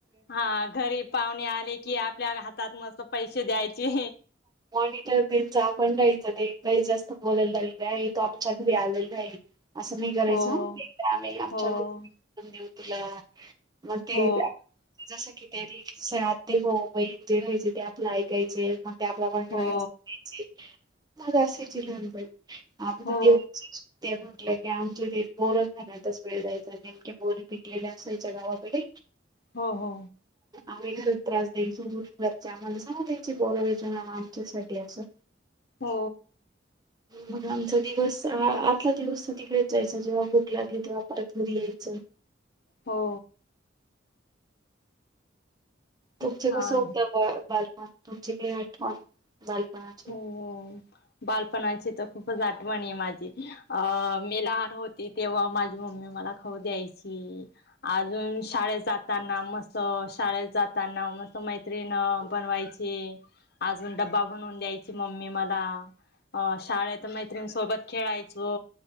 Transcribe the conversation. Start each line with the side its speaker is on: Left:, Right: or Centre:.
Left: हा घरी पाहुणे आले की आपल्या हातात मस्त पैसे द्यायचे.
Right: मॉनिटर जायचा आपण जायचं नाही काही जास्त बोलायला आहे तो आमच्या घरी आलेला असं नाही करायचंय
Left: हो
Right: हं. आम्ही आमच्या
Left: हो.
Right: रूम देऊ तुला. मग तीही
Left: हो
Right: द्या. जसं कि त्यानी आते भाऊ जे राहायचे ते आपलं ऐकायचे. त्याप्रमाणे
Left: हो
Right: <unintelligible> आमच
Left: हो
Right: दिवस ते म्हटलं की आमच्या बोरं खाण्यातच वेळ जायचं ना. ने बोरी पिकलेले असायच्या गावाकडे.
Left: हो. हो.
Right: आम्ही घरी त्रास द्याचो घर आम्हाला सांगायचो बोरं. <unintelligible> आमच्यासाठी असेल.
Left: हो...
Right: मग आमचा दिवस आर्धा दिवस तर तिकडेच जायचं जेव्हा भूक लागली तेव्हा परत घरी यायचं.
Left: हो.
Right: तुमचे
Left: छान
Right: कसं होतं बा बालपण तुमची काही आठवण बालपणाची
Left: हो बालपणाची तर खूपच आठवण आहे माझी. अ... मी लहान होती तेव्हा माझी मम्मी मला खाऊ द्यायची. अजून शाळेत जाताना मस्तं. शाळेत जाताना मस्तं मै- त्रीण बनवायची. अजून डब्बा बनवून द्यायची मम्मी मला. अ.. शाळेत मैत्रिणीसोबत खेळायचो.